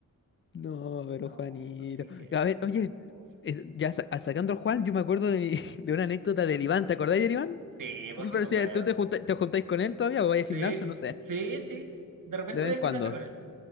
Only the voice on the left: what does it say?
No, pero
Juanito.
A ver,
oye,
eh, ya sa- sacando al Juan, yo me acuerdo de, mi- <laughs> de una anécdota del Iván. ¿Te acordáis del Iván?
Yo
parecía,
¿tú te junta- te juntáis con él todavía o vais
al gimnasio? No sé,
de
vez en
cuando.